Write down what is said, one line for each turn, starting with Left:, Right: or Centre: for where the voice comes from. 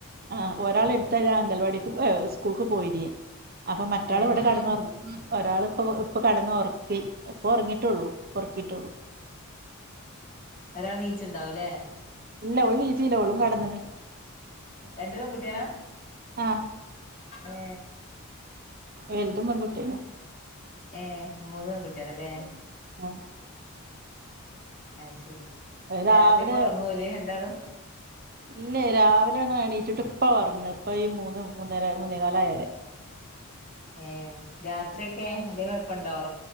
Right: ആഹ് ഒരാളിപ്പഴാ അംഗൽവാടിക്ക് സ്കൂൾക്ക് പോയിനി അപ്പൊ മറ്റാളിവിടെ
Left: ഏ
Right: കെടന്നൊറങ്ങി. ഒരാള് ഇപ്പൊ ഇപ്പൊ കടന്ന് ഒറക്കി ഇപ്പൊ ഉറങ്ങീട്ടുള്ളൂ ഒറക്കീട്ടേള്ളൂ
Left: ഒരാള് നീച്ചുണ്ടാവുംല്ലേ
Right: ഇല്ലവള്ലീച്ചീല അവളും കെടന്നെന്ന്
Left: രണ്ട് പെങ്കുട്ടികളാ
Right: ആഹ്
Left: ഏ
Right: എൽതും പെങ്കുട്ടിന്യേ
Left: ഏ മൂന്ന് പെങ്കുട്ടികളല്ലേ
Right: ആഹ്
Left: അത് ശെരി
Right: രാവിലെ
Left: രാത്രീക്കെ ഒറങ്ങോ ഓല് രണ്ടാളും?
Right: ഇല്ലേ രാവിലാണ് എണീറ്റിട്ട് ഇപ്പ ഒറങ്ങണ് ഇപ്പ ഈ മൂന്ന് മൂന്നര മൂന്നേകാലായാരെ
Left: ഏ രാത്രീക്കെ വല്ല്യകൊഴപ്പോണ്ടോ ഒറ